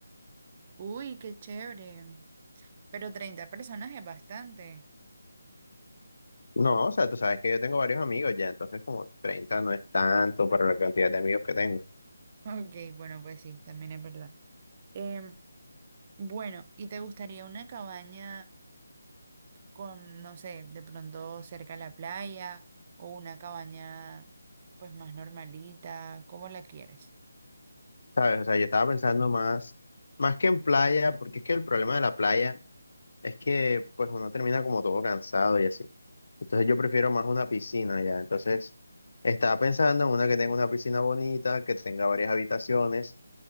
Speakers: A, on the right; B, on the left.
A: Uy, qué chévere. Pero 30 personas es bastante. <laughs>
B: No, o sea, tú sabes que yo tengo varios amigos ya, entonces como 30 no es tanto para la cantidad de amigos que tengo,
A: Ok, bueno, pues sí, también es verdad. Em, bueno, ¿y te gustaría una cabaña con, no sé, de pronto cerca a la playa o una cabaña pues más normalita? ¿Cómo la quieres?
B: ¿sabes? O sea, yo estaba pensando más, más que en playa, porque es que el problema de la playa es que pues uno termina como todo cansado y así. Entonces yo prefiero más una piscina ya, entonces estaba pensando en una que tenga una piscina bonita, que tenga varias habitaciones